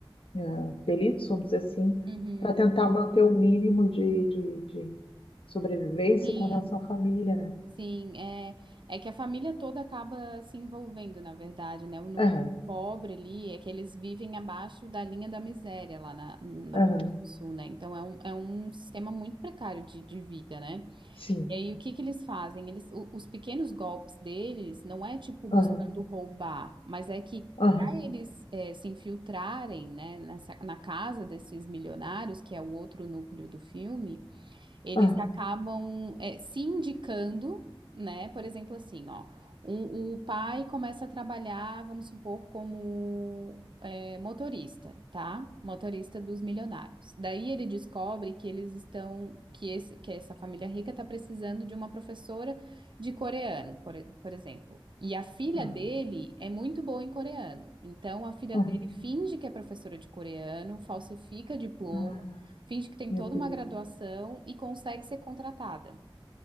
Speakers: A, on the left (about 75°); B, on the right (about 60°).
A: eh, delitos, vamos dizer assim,
B: Uhum.
A: para tentar manter o mínimo de, de, de sobrevivência
B: Sim,
A: com relação à família, né?
B: Sim, é, é que a família toda acaba se envolvendo, na verdade, né? O núcleo
A: Aham,
B: pobre ali é que eles vivem abaixo da linha da miséria lá na, na
A: aham,
B: Coreia do Sul, né? Então é um, é um sistema muito precário de, de vida, né?
A: sim,
B: E aí o que que eles fazem? Eles, o- os pequenos golpes deles não é tipo buscando
A: aham,
B: roubar, mas é que
A: aham,
B: para eles é, se infiltrarem, né, nessa, na casa desses milionários, que é o outro núcleo do filme eles
A: aham,
B: acabam é, se indicando, né? Por exemplo, assim, ó, um- o pai começa a trabalhar, vamos supor, como é, motorista, tá? Motorista dos milionários. Daí ele descobre que eles estão, que esse, que essa família rica está precisando de uma professora de coreano, por, e- por exemplo. E a filha
A: aham,
B: dele é muito boa em coreano. Então a filha
A: aham.
B: dele finge que é professora de coreano, falsifica diploma,
A: Ah,
B: finge que tem
A: meu
B: toda
A: Deus.
B: uma graduação e consegue ser contratada,